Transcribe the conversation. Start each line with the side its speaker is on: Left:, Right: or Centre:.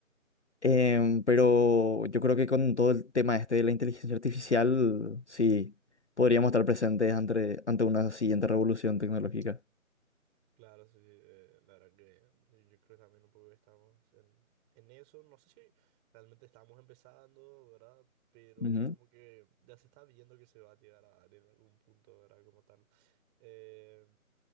Left: Em, pero yo creo que con todo el tema este de la inteligencia artificial, sí, podríamos estar presentes ante, ante una siguiente revolución tecnológica.
Centre: Claro, sí, eh, la verdad que eh, yo creo también un poco que estamos en, en eso. No sé si realmente estamos empezando, ¿verdad? Pero
Left: Ujú.
Centre: como que ya se está viendo que se va a llegar a dar en algún punto, ¿verdad? Como tal. Eh,